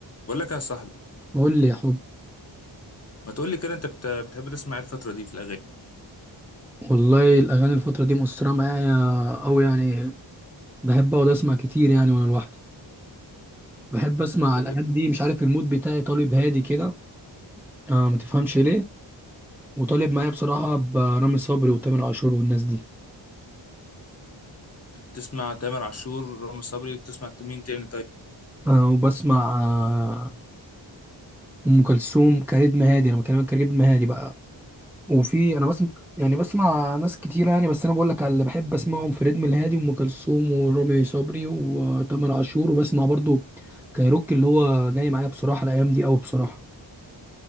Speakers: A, on the left; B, in the centre.
A: بقول لك يا صاحبي
B: قول لي يا حبي
A: ما تقول لي كده انت بت- بتحب تسمع ايه الفترة دي في الأغاني
B: والله الاغاني الفتره دي مؤثره معايا أوي يعني بحب اقعد اسمع كتير يعني وانا لوحدي بحب اسمع
A: طب
B: الايام
A: ايه
B: دي مش عارف المود بتاعي طالب هادي كده آه ما تفهمش ليه وطالب معايا بصراحه برامي صبري وتامر عاشور والناس دي
A: بتسمع تامر عاشور رامي صبري بتسمع مين تاني طيب
B: آه وبسمع آه ام كلثوم كريتم هادي انا بكلمك كريتم هادي بقى وفي انا بسمع يعني بسمع ناس كتير يعني بس انا بقول لك على اللي بحب اسمعهم فريد من الهادي وام كلثوم ورامي صبري وتامر عاشور وبسمع برضو كايروكي اللي هو جاي معايا بصراحه الايام دي قوي بصراحه